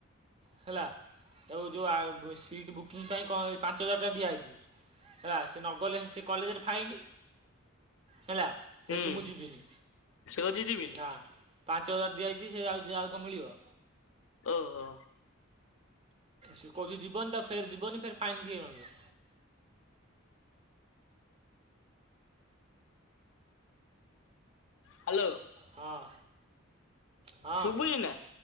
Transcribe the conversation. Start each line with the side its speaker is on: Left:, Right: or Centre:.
Right: ହେଲା ତାକୁ ଯେଉଁ ସିଟ୍ ବୁକିଂ ପାଇଁ କଣ ପାଞ୍ଚ ହଜାର ଟଙ୍କା ଦିଆହେଇଛି। ହେଲା ସେ ନଗଲେ ସେ କଲେଜରେ ଫାଇନି ହେଲା।
Left: ହୁଁ
Right: କହୁଛି ମୁଁ ଯିବିନି
Left: ସେ କହୁଛି ଯିବିନି
Right: ନା ପାଞ୍ଚ ହଜାର ଦିଆଯାଇଛି ସେଉ ଯ ଆଉ କଣ ମିଳିବ?
Left: ଓହୋ
Right: ସେ କହୁଛି ଯିବନି ତ ଫେର ଯିବନି ଫେର୍ ଫାଇନ୍ କିଏ ଗଣିବ?
Left: ହ୍ୟାଲୋ।
Right: ହଁ ହଁ ହଁ
Left: ଶୁଭୁଛି ନା?